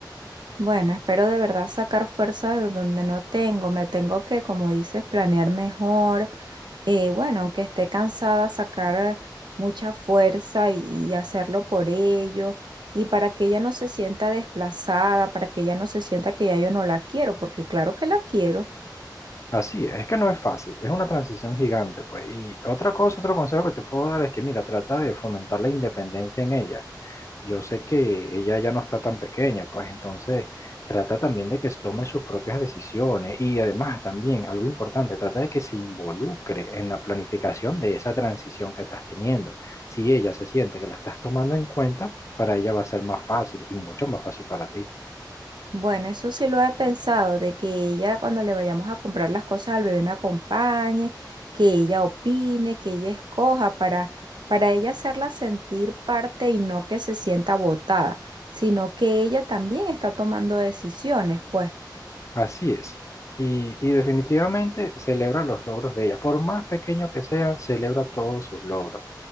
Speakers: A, on the right (about 75°); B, on the left (about 40°).
A: Bueno, espero de verdad sacar fuerza de donde no tengo. Me tengo que, como dices, planear mejor. Eh, bueno, aunque esté cansada, sacar mucha fuerza y, y hacerlo por ello. Y para que ella no se sienta desplazada, para que ella no se sienta que ya yo no la quiero, porque claro que la quiero.
B: Así es, es que no es fácil, es una transición gigante, pues. Y otra cosa, otro consejo que te puedo dar es que, mira, trata de fomentar la independencia en ella. Yo sé que ella ya no está tan pequeña, pues entonces trata también de que tome sus propias decisiones y además también algo importante, trata de que se involucre en la planificación de esa transición que estás teniendo. Si ella se siente que la estás tomando en cuenta, para ella va a ser más fácil y mucho más fácil para ti.
A: Bueno, eso sí lo he pensado, de que ella cuando le vayamos a comprar las cosas al bebé me acompañe, que ella opine, que ella escoja para, para ella hacerla sentir parte y no que se sienta botada, sino que ella también está tomando decisiones, pues.
B: Así es. Y, y definitivamente celebra los logros de ella. Por más pequeño que sean, celebra todos sus logros.